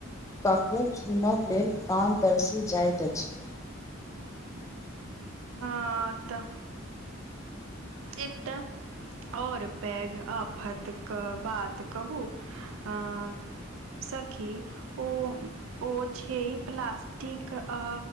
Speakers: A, on the left; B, on the right.
A: ककूक सुनब लेल कान तरसि जाइत अछि।
B: हाँ तऽ एक तऽ आओर पैघ आफतकेँ बात कहू अं सखी ओ - ओ छै प्लासटिक आ